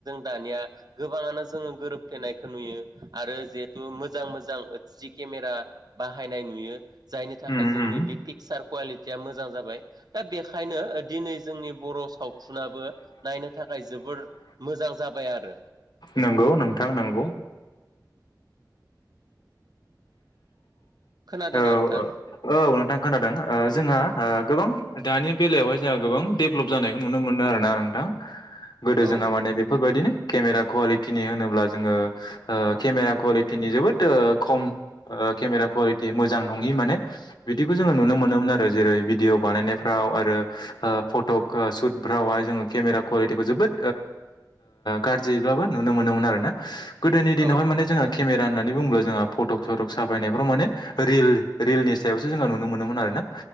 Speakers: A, on the right; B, on the left.
A: दानिया गोबाङानो जोङो गोरोबफ्लेनायखौ नुयो आरो जिहेथु मोजां मोजां सि केमेरा बाहायनाय नुयो जायनि थाखाय
B: उम
A: जोंनि
B: उम
A: बे पिक्सार कुवालिटि थिया मोजां जाबाय दा बेखायनो दिनै जोंनि बर' सावथुनाबो नायनो थाखाय जोबोर मोजां जाबाय आरो
B: नंगौ नोंथां नंगौ
A: खोनादोंना
B: औ
A: नोंथां
B: औ नोंथां खोनादों
A: औ
B: जोंहा गोबां दानि बेलायावहाय जोंहा गोबां डेभलप जानायखौ नु मोनदों आरोना नोंथां गोदो
A: ओ
B: जोंहा माने बेफोरबायदिनो केमेरा कुवालिटिनि होनोब्ला जोङो केमेरा कुवालिटिनि जोबोद खम केमेरा कुवालिटि मोजां नङि माने बिदिखौ जोङो नुनो मोनोमोन आरो जेरै भिदिअ बानायनायफ्राव आरो फट' सुटफ्रावहाय जोङो केमेरा कुवालिटिखौ जोबोद गाज्रियैब्लाबो नुनो मोनोमोन आरोना गोदोनि दिनावहाय
A: औ
B: माने जोंहा केमेरा होननानै बुंब्ला जोंहा फटक सटक साफायनायफ्राव माने रिल रिलनि सायावसो जोङो नुनो मोनोमोन आरोना